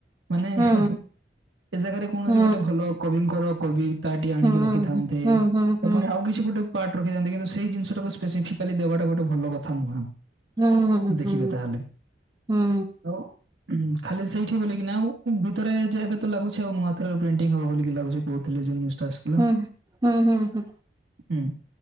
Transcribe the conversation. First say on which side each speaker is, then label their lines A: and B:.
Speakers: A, on the right; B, on the right.
A: ମାନେ
B: ହୁଁ
A: ହେ ହେ ଏ ଜାଗାରେ କୌଣସି
B: ହୁଁ ହୁଁ
A: ଗୋଟେ ଭଲ କବିଙ୍କର କବି ତାଟି ଆଣିକି
B: ହୁଁ ହୁଁ ହୁଁ
A: ରଖିଥାନ୍ତେ ସେ
B: ହୁଁ ହୁଁ ହୁଁ
A: ପୁଣି ଆଉ କିଛି ଗୋଟେ ପାର୍ଟ ରଖିଥାନ୍ତେ କିନ୍ତୁ ସେଇ ଜିନିଷଟାକୁ ସ୍ପେସିଫାଲି ଦେବାଟା ଗୋଟେ ଭଲ କଥା ନୁହଁ।
B: ହୁଁ ହୁଁ
A: ଦେଖିବେ
B: ହୁଁ
A: ତାହେଲେ
B: ହୁଁ
A: ଆଉ ହୁଁ ଖାଲି ସେଇଠି ବୋଲିକି ନା ଆଉ ଭିତରେ ଯେ ଏବେ ତ ଲାଗୁଛି ଆଉ ନୂଆ ଥ ପ୍ରେଣ୍ଟିଙ୍ଗ ହବ ବୋଲିକି ଲାଗୁଛି। କହୁଥିଲେ ଜିନି ଷ୍ଟାସ।
B: ହୁଁଁ ହୁଁ ହୁଁ ହୁଁ।
A: ହୁଁ